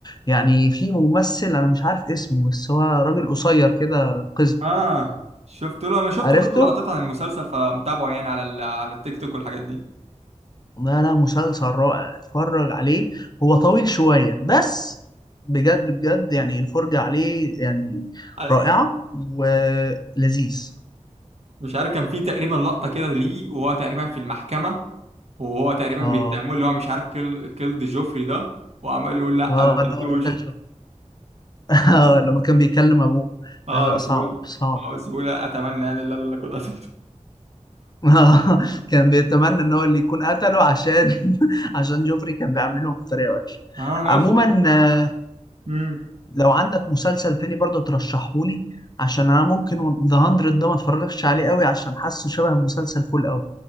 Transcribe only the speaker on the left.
يعني في ممثل انا مش عارف اسمه بس هو راجل قصير كده قزم
عرفته
لا لا مسلسل رائع اتفرج عليه هو طويل شوية بس بجد بجد يعني الفرجة عليه يعني
رائعة ولذيذ
اه
اه
إن هو قتل- <laughs> آه، لما كان بيكلم ابوه
لا
لا صعب
صعب
<laughs> كان بيتمنى ان هو اللي يكون قتله عشان <laughs> عشان جوفري كان بيعاملهم بطريقة وحشة
عموما
آه،
لو عندك مسلسل تاني برضه ترشحهولي عشان انا ممكن ذا 100 ده ما اتفرجش عليه قوي عشان حاسه شبه مسلسل فول قوي